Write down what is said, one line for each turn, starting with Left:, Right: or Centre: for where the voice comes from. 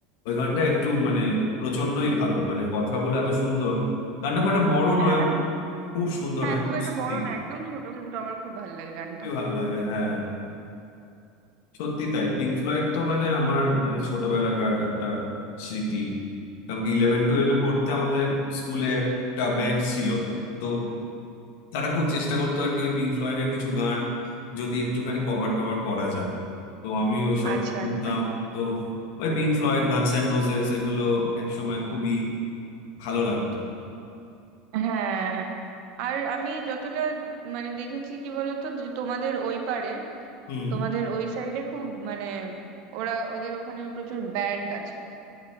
Left: ওই গানটা একটু মানে প্রচন্ডই ভালো মানে কথাগুলো এত সুন্দর গানটা খুব একটা বড় নয়
Right: হ্যাঁ
Left: but খুব সুন্দর
Right: হ্যাঁ
Left: মানে
Right: খুব
Left: খুব
Right: একটা
Left: সুদিং
Right: বড় না একদম ছোট কিন্তু আমার খুব ভালো লাগে গানটা
Left: খুবই ভালো লাগে হ্যাঁ সত্যি তাই পিঙ্ক ফ্লয়েড তো মানে আমার মানে ছোটবেলাকার একটা স্মৃতি কারণ কি ইলেভেন টুয়েলভে পড়তে আমাদের স্কুলে একটা ব্যান্ড ছিল তো তারা খুব চেষ্টা করতো আর কি ওই পিঙ্ক ফ্লয়েডের কিছু গান যদি একটুখানি কভার টভার করা যায় তো আমি ওইসব
Right: আচ্ছা
Left: শুনতাম
Right: আচ্ছা
Left: তো ওই Pink Floyd Guns and Roses এগুলো একসময় খুবই ভালো লাগতো
Right: হ্যাঁ আর আমি যতটা মানে দেখেছি কি বলতো যে তোমাদের ওই পারে
Left: হুম
Right: তোমাদের ওই সাইডে খুব মানে ওরা ওদের ওখানে প্রচুর ব্যান্ড আছে